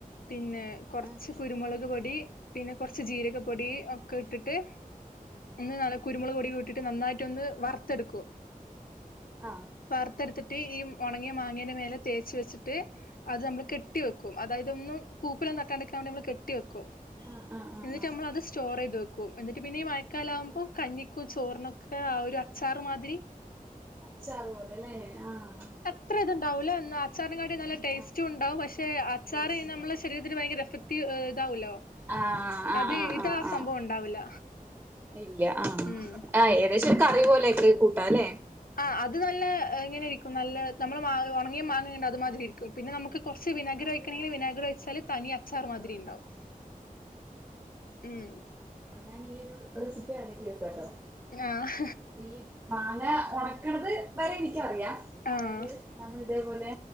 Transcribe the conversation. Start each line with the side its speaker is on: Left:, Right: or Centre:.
Left: പിന്നെ കുറച്ച്
Right: ആഹ്
Left: കുരുമുളക് പൊടി പിന്നെ കുറച്ച് ജീരക പൊടി ഒക്കെ ഇട്ടിട്ട് പിന്നെ നല്ല കുരുമുളക് പൊടി ഇട്ടിട്ട് നന്നായിട്ട് ഒന്ന് വറുത്തെടുക്കും
Right: ആഹ
Left: വറുത്തെടുത്തിട്ട് ഈ ഒണങ്ങിയ മാങ്ങേയുടെ മേല തേച്ച് വെച്ചിട്ട് അത് നമ്മൾ കെട്ടി വെക്കും അതായത് ഒന്നും പൂപ്പലൊന്നും തട്ടാണ്ടിക്കാൻ വേണ്ടി നമ്മൾ കെട്ടി വെക്കും
Right: ആഹ് ആഹ് ആഹ് ആഹ് ആഹ്
Left: എന്നിട്ട് നമ്മൾ അത് സ്റ്റോർ ചെയ്ത് വെക്കും എന്നിട്ട് പിന്നെ കാല ആവുമ്പോ
Right: ആഹ്
Left: കഞ്ഞിക്കു ചോറിനൊക്കെ ആ ഒരു അച്ചാറ് മാതിരി
Right: അച്ചാർ പോലെ ലെ ആഹ്
Left: അത്ര ഇത് ഉണ്ടാവൂല എന്ന അച്ചാറിനെ കാട്ടിൽ നല്ല ടേസ്റ്റും
Right: ആഹ്
Left: ഉണ്ടാവും പക്ഷെ അച്ചാറ്
Right: ടേസ്റ്റ് ഉണ്ടാവും
Left: നമ്മുടെ ശരീരം അതിന് ഭയങ്കര എഫക്റ്റീവ് ഇതാവലോ
Right: ആഹ് ആഹ്
Left: അത്
Right: ആഹ്
Left: ഇത്
Right: ആഹ്
Left: ആ സംഭവം
Right: ആഹ്
Left: ഉണ്ടാവില്ല
Right: ഇല്ല ആ
Left: ഉം
Right: ആഹ് ഏകദേശം ഒരു കറി പോലെൊക്കെ കൂട്ടാ അല്ലേ
Left: ആഹ് അത് നല്ല ഇങ്ങനെ ഇരിക്കും നല്ല നമ്മൾ മങ്ങ ഉണങ്ങിയ മാങ്ങണ്ടവും അത് മാതിരി ഇരിക്കും പിന്നെ നമുക്ക് കൊറച്ച് വിനാഗ്രി
Right: അതെ
Left: ഒയിക്കണെങ്കില്
Right: ആഹ്
Left: വിനാഗ്രി ഒഴിച്ചാല് തനി അച്ചർ മാതിരിണ്ടാവും
Right: ഓക്കെ ആഹ്
Left: ഉം
Right: ഓ ഞാനീയൊരു റെസിപ്പി ആദ്യായിട്ട് കേക്കാട്ടോ
Left: ആഹ്
Right: ഈ മാങ്ങ ഒണക്ക്ണത് വരെ ഇനിക്കറിയാം അതായത്
Left: ആഹ്
Right: നമ്മൾ ഇതേപോലെ